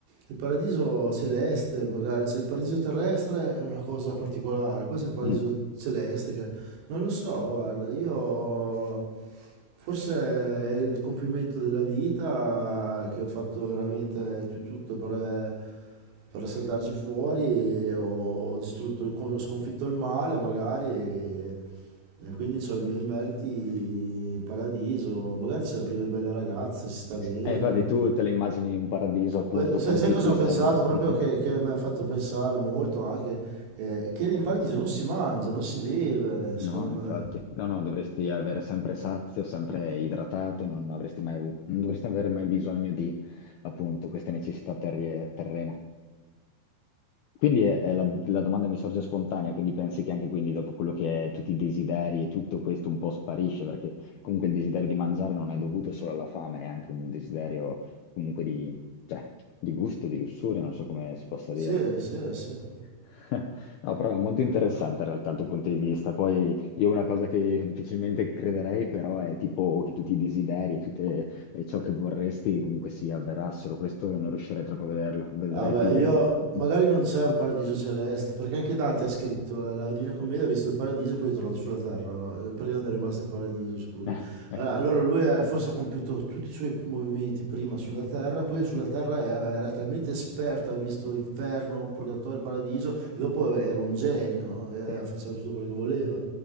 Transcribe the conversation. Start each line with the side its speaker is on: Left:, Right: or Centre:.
Right: il paradiso celeste, magari, se il paradiso terrestre è una cosa particolare, poi c'è il paradiso
Left: Mm.
Right: celeste che non lo so, guarda, io forse è il compimento della vita che ho fatto veramente tu- tutto per, per saltarci fuori, ho distrutto, il co- sconfitto il male magari e, e quindi ho i miei meriti in paradiso, magari c'è pieno di belle ragazze, si sta bene.
Left: Eh, infatti tu te le immagini un paradiso appunto
Right: Poi, Sai,
Left: con
Right: sai
Left: tutti
Right: cosa
Left: i
Right: ho
Left: sogni.
Right: pensato? Proprio
Left: Mhm.
Right: che, che mi ha fatto pensare molto anche eh, che in paradiso non si mangia, non si beve, secondo
Left: No, infatti,
Right: me.
Left: no, no, dovresti avere sempre sazio, sempre idratato, non avresti mai avuto, non dovresti avere mai bisogno di appunto queste necessità terrie- terrene. Quindi è- è la, la domanda mi sorge spontanea, quindi pensi che anche quindi dopo quello che è tutti i desideri e tutto questo un po' sparisce, perché comunque il desiderio di mangiare non è dovuto solo alla fame, è anche un desiderio comunque di, cioè, di gusto, di lussuria, non so come si possa dire.
Right: Sì, sì, sì.
Left: <laughs> No, però è molto interessante in realtà il tuo punto di vista. Poi io una cosa che difficilmente crederei però è tipo che tutti i desideri, tutte e ciò che vorresti comunque si avverassero. Questo non riuscirei troppo a vederlo, vedrei
Right: Vabbè,
Left: più...
Right: io
Left: Mhm.
Right: magari non c'è un paradiso celeste, perché anche Dante ha scritto la, la Divina Commedia, ha visto il paradiso e poi è tornato sulla terra, no? Eh, Perché non è rimasto in paradiso, scusa.
Left: <laughs>
Right: Allora, allora lui ha- forse ha compiuto tutti i suoi movimenti prima sulla terra, poi sulla terra era era talmente esperto, aveva visto inferno, purgatorio, paradiso, e dopo era un genio, no? E
Left: Eh, sì.
Right: eh, faceva tutto quello che voleva.